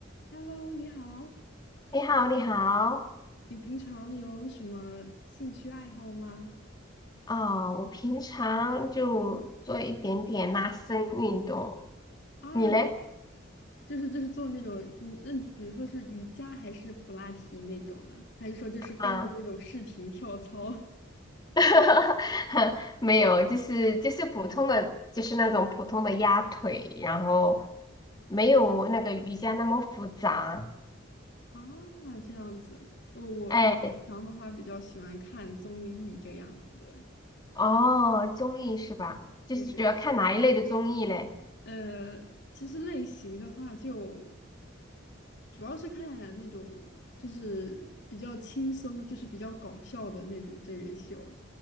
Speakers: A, on the left; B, on the left.
A: Hello，你好，
B: 你好，你好，
A: 你平常有什么兴趣爱好吗？
B: 哦，我平常就做一点点拉伸运动，
A: 啊，
B: 你嘞？
A: 就是就是做那种，嗯，那比如说是瑜伽还是普拉提那种呢？还是说就是跟着那种视频跳操？
B: 啊，<laughs> 没有，就是就是普通的，就是那种普通的压腿，然后没有那个瑜伽那么复杂。
A: <laughs> 啊，这样子，我我我平常的话比较喜欢看综艺这样子。
B: 哎，哦，综艺是吧？就是主要看哪一类的综艺嘞？
A: 对对，呃，其实类型的话就主要是看那种就是比较轻松，就是比较搞笑的那种真人秀。